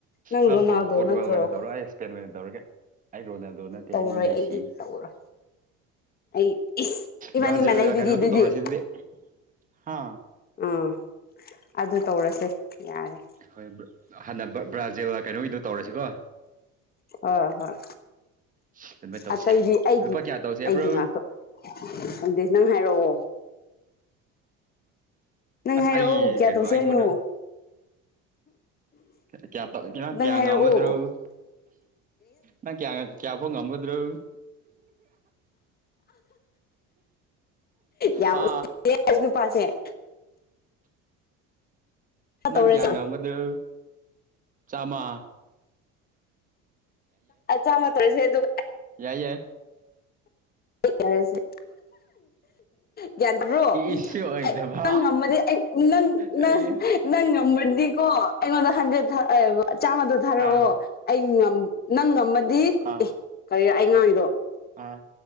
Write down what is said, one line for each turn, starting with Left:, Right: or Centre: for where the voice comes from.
Left: ꯅꯪ
Right: ꯑ
Left: ꯔꯣꯅꯥꯜꯗꯣ
Right: ꯄꯣꯣꯔꯇꯨꯒꯜ
Left: ꯅꯠꯇ꯭ꯔꯣ
Right: ꯋꯥ ꯑꯣꯏꯅ ꯇꯧꯔ ꯑꯩ ꯏꯁꯄꯦꯟꯟ ꯃꯦꯟ ꯇꯧꯔꯒꯦ ꯔꯣꯅꯥꯜꯗꯣ ꯅꯠꯇꯦ
Left: ꯇꯧꯔꯣꯏ
Right: ꯑꯩ ꯃꯦꯁꯤꯅꯤ
Left: ꯑꯩꯗꯤ ꯇꯧꯔꯣꯏ ꯑꯩ ꯏ ꯏꯃꯅꯤ
Right: ꯕ꯭ꯔꯥꯖꯤꯜꯒ
Left: ꯏꯃꯅꯦ ꯏꯗꯨꯗꯤꯗꯨꯖꯤꯦ
Right: ꯀꯩꯅꯣꯗꯣ ꯇꯧꯔꯁꯤ ꯑꯗꯨꯗꯤ ꯍꯥ
Left: ꯎꯝ ꯑꯗꯨ ꯇꯧꯔꯁꯦ ꯌꯥꯔꯦ
Right: ꯍꯣꯏ ꯍꯥꯟꯅ ꯕ꯭ꯔꯥꯖꯦꯜ ꯀꯩꯅꯣꯒꯤꯗ ꯇꯧꯔꯁꯤꯀꯣ
Left: ꯑ ꯍꯣꯏ
Right: ꯑꯗꯨꯃꯥꯏꯅ ꯇꯧꯁꯦ
Left: ꯑꯇꯩꯗꯤ ꯑꯩꯒꯤ
Right: ꯂꯨꯄꯥ ꯀꯌꯥ ꯇꯧꯁꯦ
Left: ꯑꯩꯒꯤ
Right: ꯕ꯭ꯔꯣ
Left: ꯉꯥꯛꯇꯣ ꯑꯗꯨꯗ ꯅꯪ ꯍꯥꯏꯔꯛꯑꯣ ꯅꯪ
Right: ꯑꯁ
Left: ꯍꯥꯏꯔꯛꯑꯣ
Right: ꯑꯩ
Left: ꯀꯌꯥ
Right: ꯀꯩꯅꯣ
Left: ꯇꯧꯁꯦ
Right: ꯑꯩꯉꯣꯟꯗ
Left: ꯍꯥꯏꯅꯣ
Right: ꯀꯌꯥ ꯇ ꯀꯌꯥ
Left: ꯅꯪ ꯍꯥꯏꯔꯛꯑꯣ
Right: ꯉꯥꯡꯒꯗ꯭ꯔꯣ ꯅꯪ ꯀꯌꯥ ꯀꯌꯥ ꯐꯥꯎ ꯉꯝꯒꯗ꯭ꯔꯣ
Left: ꯌꯥꯝ
Right: ꯍꯥ
Left: ꯎꯁꯤ ꯅꯨꯄꯥꯁꯦ <unintelligible> ꯇꯧꯔꯁꯦ
Right: ꯅꯪ ꯀꯌꯥ ꯉꯃꯗ ꯆꯃ
Left: ꯆꯥꯃ ꯇꯧꯔꯁꯦ ꯑꯗꯨ
Right: ꯌꯥꯏ ꯌꯥꯏ
Left: ꯀꯔꯦꯁ ꯌꯥ꯭ꯌꯥꯟꯗ꯭ꯔꯣ
Right: ꯏꯁꯨ ꯑꯣꯏꯗꯕ
Left: ꯑꯩ ꯅꯪ ꯉꯝꯃꯗꯤ ꯑꯩ ꯅꯪꯪ
Right: ꯑꯩꯌꯥ
Left: ꯅꯪ ꯉꯝꯃꯗꯤ ꯣ ꯑꯩꯉꯣꯟꯗ ꯍꯟꯗꯦ ꯆꯥꯝꯃꯗꯣ ꯊꯥꯔꯛꯑꯣ
Right: ꯑꯥ
Left: ꯑꯩ ꯅꯪ ꯑꯦ
Right: ꯑꯥ
Left: ꯀꯔꯤ ꯑꯩꯉꯥꯡꯉꯗꯣ
Right: ꯑꯥ